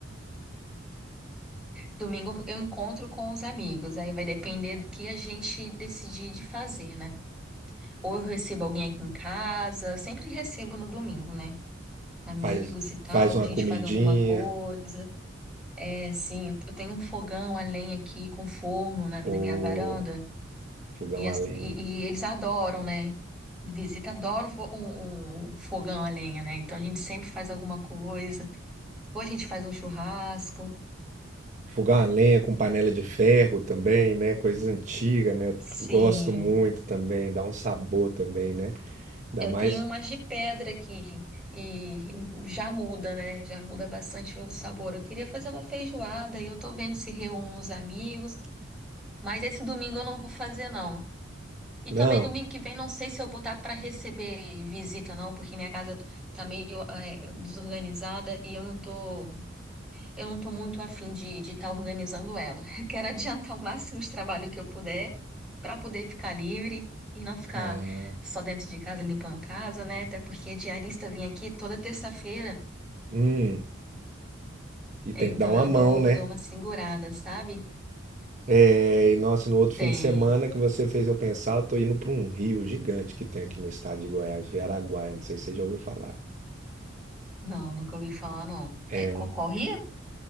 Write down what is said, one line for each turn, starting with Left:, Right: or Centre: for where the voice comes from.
Centre: Domingo eu encontro com os amigos, aí vai depender do que a gente decidir de fazer, né? Ou eu recebo alguém aqui em casa, sempre recebo no domingo, né? Amigos
Right: Faz,
Centre: e tal,
Right: faz uma
Centre: a gente
Right: comidinha
Centre: faz alguma coisa. É, sim, eu eu tenho um fogão a lenha aqui com forno na, mi-
Right: ou
Centre: na minha varanda
Right: fogão
Centre: e, as-
Right: a lenha?
Centre: e- e eles adoram, né? Visita adoram fo- um, um um fogão a lenha, né? Então a gente sempre faz alguma coisa. Ou a gente faz um churrasco.
Right: Fogão a lenha com panela de ferro também, né? Coisa antiga, né? Eu
Centre: Sim.
Right: gosto muito também, dá um sabor também, né? dá
Centre: Eu
Right: mais.
Centre: tenho umas de pedra aqui e já muda, né? Já muda bastante o sabor. Eu queria fazer uma feijoada e eu tô vendo se reúno os amigos, mas esse domingo eu não vou fazer não. E
Right: Não.
Centre: também domingo que vem não sei se eu vou estar para receber visita não, porque minha casa tá meio eh, desorganizada e eu não tô eu não estou muito afim de estar de tá organizando ela. <laughs> Quero adiantar o máximo de trabalho que eu puder para poder ficar livre e não ficar
Right: Ah,
Centre: só dentro de casa limpando casa, né? Até porque diarista vem aqui toda terça-feira,
Right: hum. E tem
Centre: então
Right: que dar uma
Centre: eu
Right: mão,
Centre: dou,
Right: né?
Centre: dou uma segurada, sabe?
Right: É, e nossa, no outro
Centre: Tem.
Right: fim de semana que você fez eu pensar, eu tô indo para um rio gigante que tem aqui no estado de Goiás, Rio Araguaia, não sei se você já ouviu falar.
Centre: Não, nunca ouvi falar, não.
Right: É
Centre: É, qual,
Right: um,
Centre: qual rio?